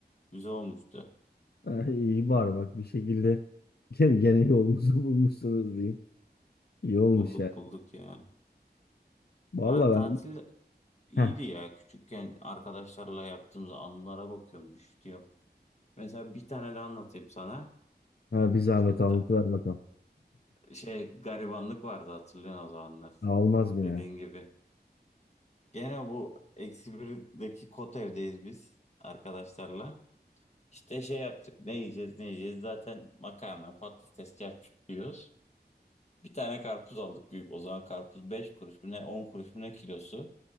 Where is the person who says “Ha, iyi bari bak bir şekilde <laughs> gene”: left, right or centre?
Left